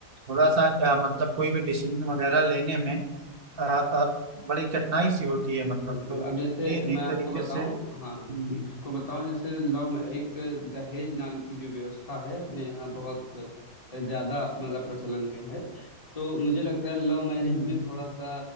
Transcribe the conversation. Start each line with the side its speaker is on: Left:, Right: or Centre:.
Right: थोड़ा सा अ, मतलब कोई भी डिसीजन वगैरह लेने में अ, अ, बड़ी कठिनाई सी होती है मतलब
Left: बिल्कुल
Right: तो
Left: अब जैसे
Right: ये
Left: मैं
Right: एक
Left: आपको
Right: तरीके
Left: बताऊं
Right: से
Left: हाँ
Right: हम्म,
Left: मैं आपको बताऊं जैसे लव में एक दहेज नाम की जो व्यवस्था है अपने यहाँ बहुत ज्यादा मतलब प्रचलन में है तो मुझे लगता है लव मैरिज
Right: हम्म।
Left: में थोड़ा सा